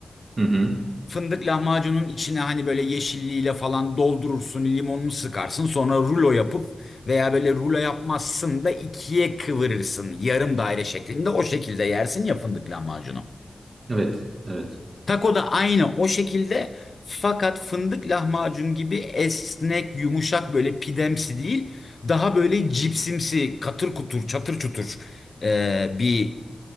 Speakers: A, on the right (about 50°); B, on the left (about 55°).
A: Hı hı.
B: Fındık lahmacunun içine hani böyle yeşilliğiyle falan doldurursun, limonunu sıkarsın. Sonra rulo yapıp veya böyle rulo yapmazsın da ikiye kıvırırsın. Yarım daire şeklinde o şekilde yersin ya fındık lahmacunu.
A: Evet, evet.
B: Taco da aynı o şekilde fakat fındık lahmacun gibi esnek, yumuşak böyle pidemsi değil. Daha böyle cipsimsi, katır kutur, çatır çutur eee, bir